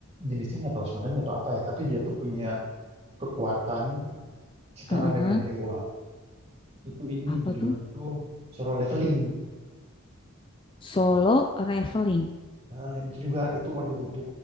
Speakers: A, on the right (about 30°); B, on the left (about 25°).
A: jenisnya nggak tahu shonen nggak tahu apa ya, tapi dia tuh punya kekuatan setara
B: Heeh,
A: dengan dewa. Itu ini
B: Apa
A: judulnya
B: tuh?
A: tuh Solo Leveling.
B: Solo leveling.
A: Nah, itu juga itu waduh itu